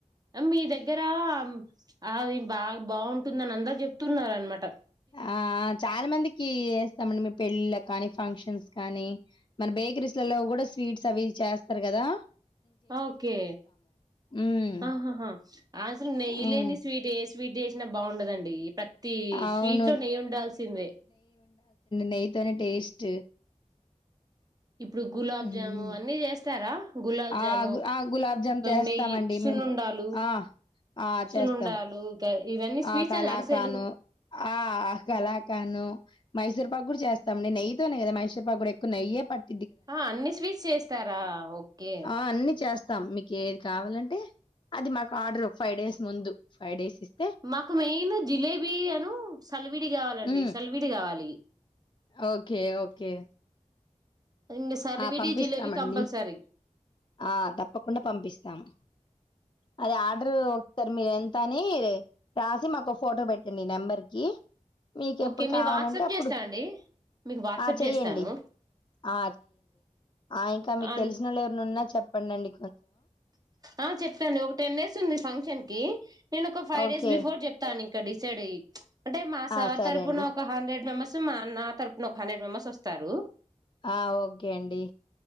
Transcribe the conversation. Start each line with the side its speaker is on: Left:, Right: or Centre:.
Right: మీ దగ్గర అది బా బాగుంటుందని అందరు చెప్తున్నారన్న మాట
Left: ఆ చాలా మందికి స్తామండి మీ పెళ్ళిళ కానీ ఫంక్షన్స్ కానీ మన బేకరీస్ లలో కూడా స్వీట్స్ అవి చేస్తారు కదా
Right: ఓకే
Left: హ్మ్.
Right: ఆహాహా అసలు నెయ్యి
Left: ఆ! హ్మ్.
Right: లేంది స్వీట్ ఏంటి స్వీట్ స్వీట్ చేసినా బాగుండదండి ప్రతి
Left: అవును.
Right: స్వీట్ లో నెయ్య ఉండాల్సిందే
Left: నెయితోనే టేస్ట్
Right: ఇప్పుడు గులాబ్
Left: హ్మ్.
Right: జాము అన్నీ చేస్తారా గులాబ్ జామ్
Left: ఆ! గు ఆ! గులాబ్ జామ్ చేస్తామండి
Right: నెయ్యి సునుండాలు
Left: మేము. ఆ! ఆ!
Right: సునుండాలు
Left: చేస్తాం.
Right: గ ఇవన్నీ స్వీట్స్
Left: ఆ! కలాకాను.
Right: అని అరిసెలు
Left: ఆ కలకాండు మైసూరు పాక్ కూడా చేస్తాం నెయ్యతోనే కదా మైసూరు పాక్ కూడా ఎక్కువ నెయ్యి పట్
Right: ఆ అన్ని స్వీట్స్ చేస్తారా ఓకే
Left: ఆ అన్నీ చేస్తాం మీకు ఏది కావాలంటే అది మాకు ఆర్డర్ ఒక ఫైవ్ డేస్ ముందు ఫైవ్ డేస్ ఇస్త
Right: మాకు మెయిన్ జిలేబీ అను సల్విడి కావాలండి
Left: హ్మ్.
Right: సల్విడి కావాలి
Left: ఓకే ఓకే
Right: ఇక సల్విడి
Left: ఆ! పంపిస్తామండి.
Right: జిలేేబి కంపల్సరి
Left: ఆ తప్పకుండా పంపిస్తాము అదే ఆర్డర్ ఒకసారి మీరు అనీ రాసి మాకు ఫోటో పెట్టండి నెంబర్కి మీకెప్పుడు
Right: ఓకే మీ
Left: కావాలంటే
Right: వాట్సాప్
Left: అప్పుడు
Right: చేస్తా అండి మీకు వాట్సాప్
Left: ఆ చెయ్యండి
Right: చేస్తాను
Left: ఆ ఆ ఇంకా మీకు
Right: అన్
Left: తెలిసినోళ్ళు ఎవరి ఉన్నా చెప్పందండి
Right: ఆ చెప్తాను ఒక టెన్ డేస్ ఉంది ఫంక్షన్ కి నేను ఒక ఫైవ్
Left: ఓకే
Right: డేస్ బిఫోర్ చెప్తాను నింక డిసైడ్ అయి అంటే మా సార్
Left: ఆ సరే
Right: తరపున
Left: అండి
Right: ఒక హండ్రెడ్ మెంబర్స్ మా నా తరపున ఒక హండ్రెడ్ మెంబర్స్ వస్తారు
Left: ఆ ఓకే అండి